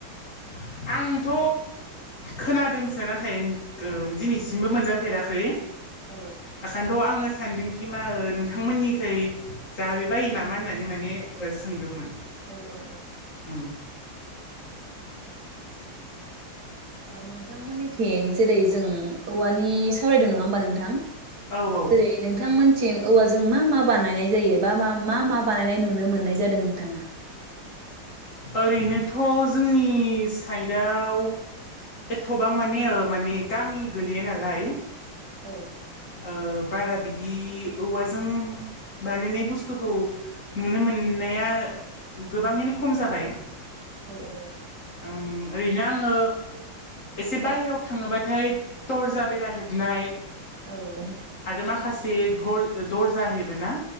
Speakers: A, on the left; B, on the right.
A: <inaudible> आंथ' खोनादोंसो नाथाय गो दिनैसिमबो मोनजाफेराखै।
B: औ
A: ओखायथ' आङो। सानदोंखि मा नोंथांमोननिखै जाबाय बायो नामा होननानै माने सोंदोंमोन।
B: औ औ
A: उम
B: ओ नोंथांमोननिथिं जेरै जों औवानि सावरायदों नङा होमबा नोंथां?
A: औ औ
B: जेरै नोंथांमोनथिं औवाजों मा मा बानायनाय जायो बा मा मा बानायनाय नुनो मोननाय जादों नोंथाङा?
A: ओरैनोथ' जोंनि साइडआव एथ'बां माने माने गामि गोलैया नालाय
B: औ
A: ओ बारा बिदि औवाजों बानायनाय बुस्थुखौ नुनो मोननाया गोबाङैनो खम जाबाय।
B: औ औ
A: ओम ओरैनो आङो एसे बाहेराव थाङोबाथाय तरजा बेरा हेबनाय
B: औ
A: आरो माखासे धर दरजा हेबो ना